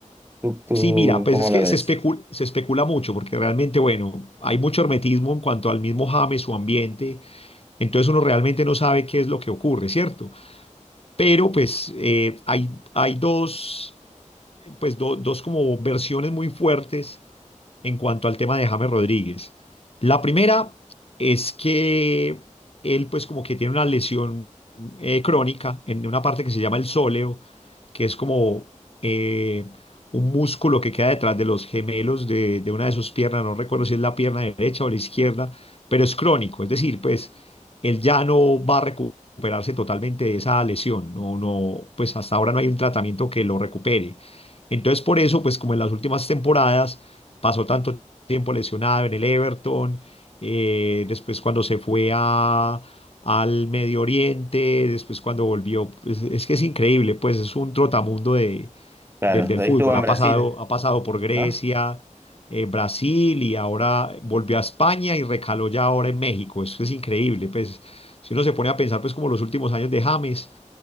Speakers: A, on the right; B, on the left.
A: tú, tú,
B: sí, mira, pues
A: ¿cómo
B: es
A: la
B: que
A: ves?
B: se especula, se especula mucho porque realmente, bueno, hay mucho hermetismo en cuanto al mismo James, su ambiente, entonces uno realmente no sabe qué es lo que ocurre, ¿cierto? Pero pues eh, hay, hay dos, pues do- dos como versiones muy fuertes en cuanto al tema de James Rodríguez. La primera es que él pues como que tiene una lesión eh, crónica en una parte que se llama el sóleo, que es como eh, un músculo que queda detrás de los gemelos de, de una de sus piernas, no recuerdo si es la pierna derecha o la izquierda, pero es crónico, es decir, pues él ya no va a recuperarse totalmente de esa lesión, no, no, pues hasta ahora no hay un tratamiento que lo recupere. Entonces, por eso, pues como en las últimas temporadas, pasó tanto tiempo lesionado en el Everton, eh, después cuando se fue a, al Medio Oriente, después cuando volvió, pues, es que es increíble, pues es un trotamundo de,
A: Claro,
B: del, del
A: ahí
B: fútbol,
A: estuvo en
B: ha
A: Brasil,
B: pasado, ha pasado por Grecia,
A: ¿no?
B: eh, Brasil y ahora volvió a España y recaló ya ahora en México, eso es increíble, pues si uno se pone a pensar pues como los últimos años de James,